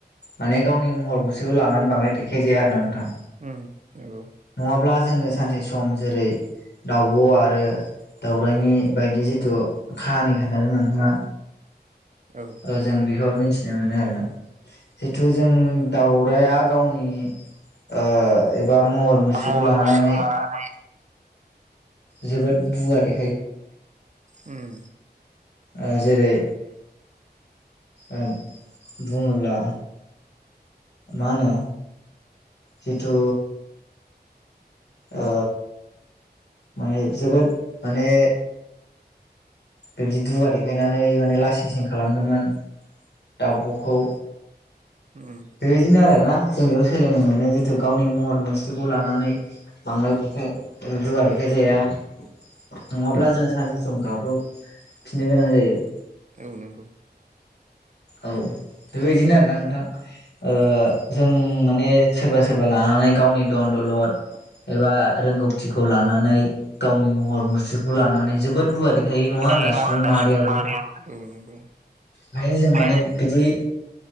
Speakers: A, on the left (about 75°); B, on the right (about 45°).
A: माने गावनि महर मुस बिसोखौ लानानै बांदाय देखायजाया आरो ना नोंथां।
B: ओम नंगौ।
A: नङाब्ला जोङो सानसे सम जेरै दाउब' आरो दाउरनि बायदि जिथु खाहानि खोन्थादों नोंथाङा।
B: औ।
A: ओ जों बेखौ मिथिनो मोनो आरो, जिथु जों दाउराया गावनि ओ एबा महर मुस्रिखौ
B: महर
A: लानानै
B: <unintelligible>
A: जोबोद बुवारै
B: उम
A: ओ जेरै ओ बुङोब्ला मा होनो जिथु ओ माने जोबोद माने बेबायदि दुगा देखायनानै माने लासिं सिं खालामदोंमोन दाउब'खौ।
B: ओम
A: बिदिनो आरो ना जों बेयाव सोलोंनो मोनो जिथु गावनि महर मुस्रिखौ लानानै बांद्राय देखाय दुगा देखाय जाया नङाब्ला जों सानसे सम गाब्रब फिननो गोनां जायो।
B: औ नंगौ।
A: औ बेबायदिनो आरोना नोंथां। ओ जों माने सोरबा सोरबा लानानै गावनि दन दौलद एबा रोंगौथिखौ लानानै गावनि महर मुस्रिखौ लानानै जोबोद दुगा दे थायो नङा
B: गैयै
A: होनदा सुबुं
B: होनबा
A: माहारियाबो?
B: औ नंगौ
A: बेखायनो जों
B: औ
A: माने बिदि